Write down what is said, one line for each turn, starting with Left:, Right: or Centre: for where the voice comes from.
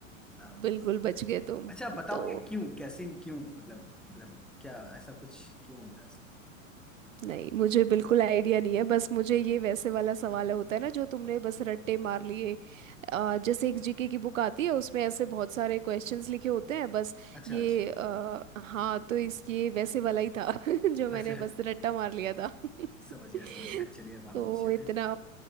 Centre: अम,
Right: बिल्कुल बच गए तुम
Centre: अच्छा आप बताओगे
Right: तो
Centre: क्यों कैसीन क्यों मतलब मतलब क्या ऐसा कुछ क्यों होता है उसका?
Right: नहीं मुझे बिल्कुल आइडिया नहीं है बस मुझे ये वैसे वाला सवाल होता है ना जो तुमने बस रट्टे मार लिए अ, जैसे एक जीके की बुक आती है उसमें ऐसे बहुत सारे क्वेश्चंस लिखे होते हैं बस
Centre: अच्छा
Right: ये
Centre: अच्छा
Right: अ, हाँ तो इस ये वैसे वाला ही था <laughs> जो
Centre: अच्छा
Right: मैंने
Centre: अच्छा,
Right: बस रट्टा मार लिया था <laughs>
Centre: समझ गया समझ गया चलिए अब आप
Right: तो
Centre: पूछिए
Right: इतना
Centre: फिर